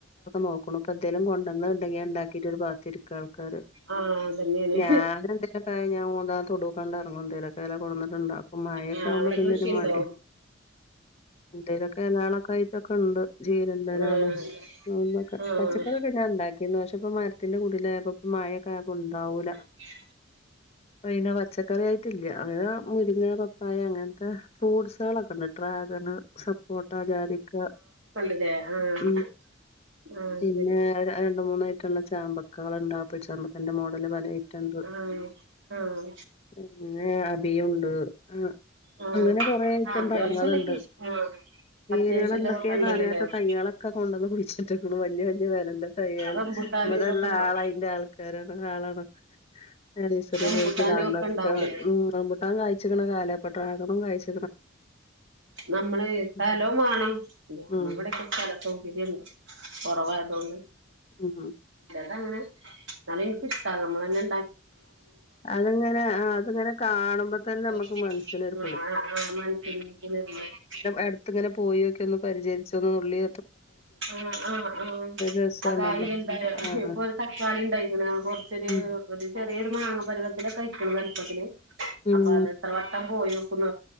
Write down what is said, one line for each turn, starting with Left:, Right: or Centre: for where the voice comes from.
Left: നോക്കണം ഇപ്പൊ എന്തേലും കൊണ്ടന്ന ഉണ്ടെങ്കി ഉണ്ടാക്കിട്ടും ഒരു ബാത്തിരിക്കുക ആൾക്കാര്
Right: ആഹ് അതന്നെയാണ്
Left: ഞാൻ എന്തേലൊക്കായ ഞാൻ മൂന്നാ തൊടുക്കണ്ടറങ്ങോ എന്തേലൊക്കെല്ലാം കൊണ്ടന്നിട്ടുണ്ടാക്കും ഇപ്പം മായൊക്കെ
Right: ആഹ്
Left: ആവുമ്പോ
Right: അവിടെ
Left: പിന്നെരു
Right: കൃഷിയുണ്ടോ
Left: മാണ്ടെ എന്തേലൊക്കെ അലളൊക്കെ ആയിട്ടൊക്കെ ഉണ്ട് ജീരന്റലളും.
Right: ആഹ്
Left: ന്നൊക്കെ
Right: ആഹ്
Left: പച്ചക്കറി പിന്നെ ഉണ്ടാക്കിന്ന് പക്ഷെ ഇപ്പ മരത്തിന്റെ കൂടില് പ്പ മഴൊക്കെ ഉണ്ടാവൂല്ല.
Right: <inaudible>
Left: പിന്നെ പച്ചക്കറി ആയിട്ടില്ല അങ്ങനെ മുരിങ്ങ പപ്പായ അങ്ങനെ ഫൂട്സാളൊക്കെ ഉണ്ട് ഡ്രാഗൺ സപ്പോട്ട ജാതിക്ക
Right: അല്ലെ ആഹ
Left: ഉം
Right: ആഹ
Left: പിന്നെ
Right: ശരി
Left: രണ്ട് മൂന്നായിറ്റം ഉള്ള ചാമ്പക്കാള്ണ്ട് ആപിൾ ചാമ്പക്കന്റെ മോഡല് പല ഐറ്റം ഉണ്ട്
Right: ഉം ആഹ
Left: പിന്നെ അഭിയുണ്ട് ആ
Right: ആഹ്
Left: അങ്ങനെ കൊറേ ഐറ്റം
Right: അത്യാവശ്യള്ളൊക്കെ
Left: പയങ്ങളുണ്ട്
Right: ആഹ്
Left: വേരുകൾ
Right: അത്യാവശ്യള്ളതൊക്കെ
Left: എന്തൊക്കെയന്ന്
Right: ഉണ്ടല്ലോല്ലേ
Left: അറിയാത്ത
Right: ആഹ്
Left: തയ്യാളൊക്കെ കൊണ്ടുവന്ന് കുയിച്ചിട്ടിക്കുണു വല്യ വല്യ വെലെന്റെ തയ്യാള്
Right: റംബുട്ടാന്
Left: ഇവിടെ
Right: ഇതൊക്കെ
Left: ഇള്ള
Right: ഉണ്ടോ
Left: ആള അയിന്റെ ആൾക്കാരാണ് ആ ആളാണ് നഴ്സറി
Right: റംബൂട്ടാനും
Left: പോയി <unintelligible>
Right: ഒക്കെ ഉണ്ടാവൂലേ
Left: റംബൂട്ടാൻ കാഴ്ച്ക്കണ് കാലപ്പട്ടകണ് കഴിച്
Right: നമ്മളെയി സ്ഥലുംവാണം
Left: ഉം
Right: <unintelligible>
Left: ഉം
Right: ടെക്കെ സ്ഥ സൗകര്യണ്ട് കൊറവായ്തോണ്ട്-
Left: ഉംഹ്
Right: ചെലതങ്ങനെ ന്നാലും എനിക്കഷാട നമ്മളന്നേ
Left: അതങ്ങനെ ആ അതങ്ങനെ കാണുമ്പോ തന്നെ നമുക്ക്
Right: ണ്ട
Left: മനസ്സിനൊരു
Right: <inaudible> <inaudible>
Left: അടുത്തങ്ങനെ പോയൊക്കി ന്ന് പരിചയിച്ചത് ഉള്ളി
Right: ആ ആഹ് ആഹ്
Left: രസാണല്ലോ.
Right: ആഹ് കയ്യും <unintelligible>
Left: ആഹ്.
Right: ഇപ്പൊ ഒരു തക്കാളി ണ്ടായിക്ക്ണ് കൊറച്ചൊരു
Left: ഉം.
Right: ഒരു ചെറിയൊരു മാങ്ങ പരിവത്തിലൊക്കെ അയ്ക്ക്ണ് വലുപ്പത്തില്
Left: ഉം.
Right: അപ്പൊ അത് ത്ര വട്ടം പോയൊക്കും